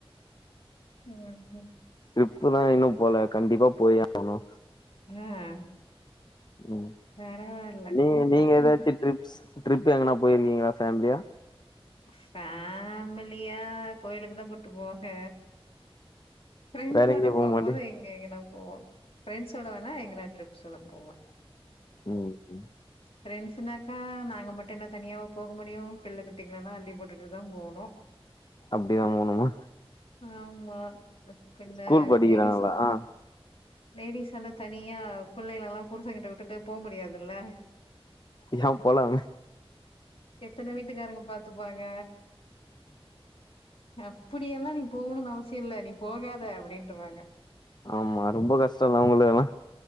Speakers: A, on the left (about 70°); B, on the left (about 45°).
A: ம் ம்
B: ட்ரிப்புல்லா இன்னு போலே கண்டிப்பா போயே ஆணு
A: ம்
B: ம்
A: பரவால்ல
B: நீங்க
A: நம்ம
B: நீங்க
A: பசங்
B: எதாச்சு ட்ரிப்ஸ் ட்ரிப் எங்கனா பொயிருக்கீங்ளா ஃபேம்லியா
A: ஃபேமிலியா கோயிலுக்குதா கூட்டு போவாங்க ஃபிரெண்ட்ஸோட
B: வேற எங்கயு போ
A: போம்போது
B: மாட்டி
A: எங்க எங்கனா போவோ ஃப்ரெண்ட்ஸோட வேணா எங்கனா ட்ரிப்ஸெல்லா போவே
B: ம் ம்
A: ஃப்ரெண்ட்ஸுனாக்கா நாங்க மட்டு என்ன தனியாவா போக முடியு பிள்ளக் குட்டீங்களலெல்லா அள்ளி போட்டுட்டுதா போணு
B: அப்பிடிதா போணுமா
A: ஆமா பின்ன
B: ஸ்கூல் படிக்கிறாங்களா
A: லேடிஸ்
B: ஆ
A: லேடிஸ் எல்லா தனியா புள்ளைங்களஎல்லா புருசங்கிட்ட விட்டுட்டு போ முடியாதுல்ல
B: யா போலாமே
A: எத்தன வீட்டுக்காரங்க பாத்துப்பாங்க அப்பிடியெல்லா நீ போகணுனு அவசியோ இல்ல நீ போகாத அப்டின்றுவாங்க
B: ஆமா ரொம்ப கஷ்டோல்ல உங்ளுக்கெல்லா